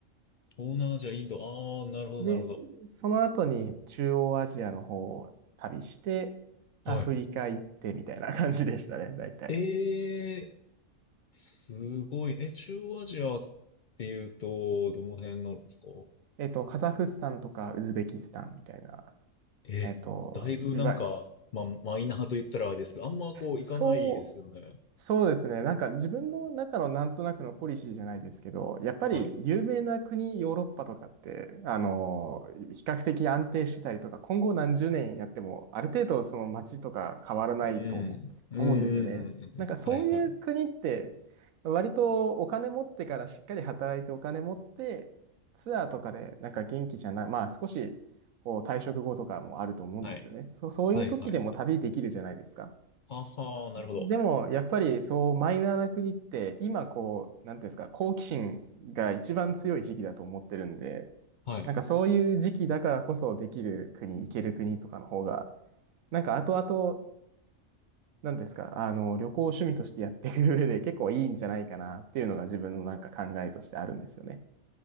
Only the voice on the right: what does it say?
で、
その後に中央アジアの方を旅して、アフリカ行ってみたいな感じでしたね、
大体。
えっと、カザフスタンとかウズベキスタンみたいな、
えっと、
いわゆる、
そう、そうですね。なんか自分の中のなんとなくのポリシーじゃないですけど、やっぱり有名な国、
ヨーロッパとかって、あの、比較的安定してたりとか、今後何十年やっても、ある程度その街とか変わらないと思う、
思うんですよね。
なんかそういう国って、割とお金持ってからしっかり働いてお金持って、ツアーとかでなんか元気じゃない、まあ少しこう退職後とかもあると思うんですよね。
そ、そういう時でも旅できるじゃないですか。
でも、やっぱりそう、マイナーな国って、今こう、なんていうんですか、好奇心が一番強い時期だと思ってるんで、
なんかそういう時期だからこそできる国、行ける国とかの方が、なんか後々、なんですか、あの、旅行を趣味としてやっていく上で <laughs> 結構いいんじゃないかなっていうのが自分のなんか考えとしてあるんですよね。